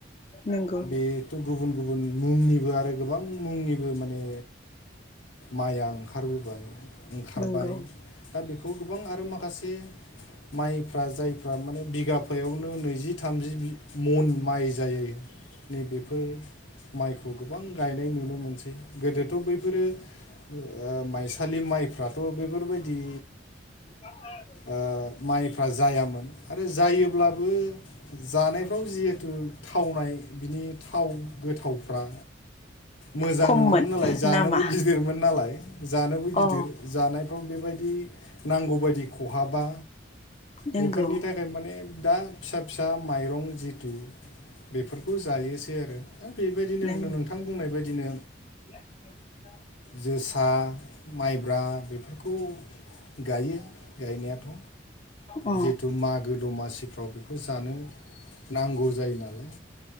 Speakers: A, on the left; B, on the left.
A: नंगौ
B: बेथ' गुबुन गुबुन मुंनिबो आरो गोबां मुंनिबो माने माइआ ओंखारबोबाय ओंखारबाय।
A: नंगौ
B: दा बेखौ गोबां आरो माखासे माइफ्रा जायफ्रा माने बिगाफायावनो नैजि थामजि मन माइ। जायै नै बेफोर माइखौ गोबां गायनाय नुनो मोनसै गोदोथ' बैफोरो ओ माइसालि माइफ्राथ' बेफोरबायदि
A: <inaudible>
B: ओ माइफ्रा जायामोन आरो जायोब्लाबो जानायफ्राव जिहेथु थावनाय बिनि थाव गोथावफ्रा मोजां
A: खममोन
B: नङामोन नालाय जानोबो
A: नामा
B: गिदिरमोन नालाय जानोबो गिदिर
A: अ
B: जानायफ्राव बेबायदि नांगौबायायदि खहाबा
A: नंगौ
B: बेफोरनि था खाय माने दा फिसा फिसा माइरं जिथु बेफोरखौ जायोसै आरो दा बेबायदिनो
A: नंगौ
B: नोंथां बुंनाय बायदिनो
A: <inaudible>
B: जोसा माइब्रा बेफोरखौ गायो गायनायाथ'
A: अ
B: जिहेथु मागो दमासिफ्राव बेखौ जानो नांगौ जायो नालाय